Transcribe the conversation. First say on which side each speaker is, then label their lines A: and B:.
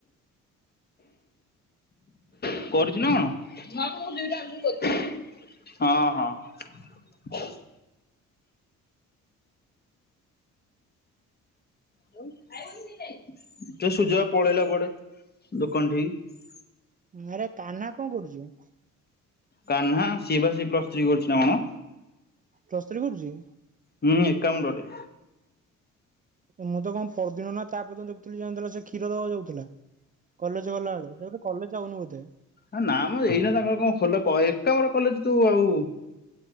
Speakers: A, on the left; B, on the right.
A: କରୁଛି ନା କଣ ହଁ ହଁ। ତ ସୁର୍ଯ୍ୟ ପଳେଇଲା କୁଆଡେ ଦୋକାନଠିକି।
B: ଆରେ କାହ୍ନା କଣ କରୁଚି?
A: କାହ୍ନା ସିଏ ବା ସେଇ ପ୍ଲସ ଥ୍ରୀ କରୁଛି ନା କଣ?
B: ପ୍ଲସ ଥ୍ରି କରୁଛି।
A: ହୁଁ ଏକ କାମ ରେ।
B: ମୁଁ ତ କଣ ପରଦିନ ନା ତାପର୍ଦିନ ଦେଖୁଥିଲି ଯାଇ ସେ କ୍ଷୀର ଦବାକୁ ଯାଉଥିଲା। କଲେଜ ଗଲାବେଳେ ସେ ବୋଧେ କଲେଜ ଯାଉନି ବୋଧେ।
A: ଏ ନାମ ର ଏଇନା ତାଙ୍କର କଣ ଖୋଲ କ ଏକାମ୍ର କଲେଜ ତୁ ଆଉ